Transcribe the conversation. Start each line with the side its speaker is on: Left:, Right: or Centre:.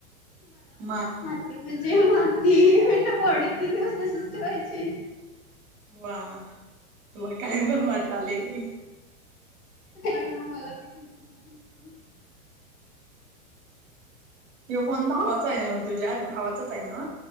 Right: मग
Left: ते म्हंजे माती म्हंजे मडी तीन दिवस तसीच ठेवायची?
Right: वाह! तुला काय पण वाटलंय.
Left: काय मग मला ते तुमचं माहित नव्हतं <unintelligible>
Right: त्यो फोन भावाचा आहे न्हवं, तुझ्या भावाचाच आहे नव्ह?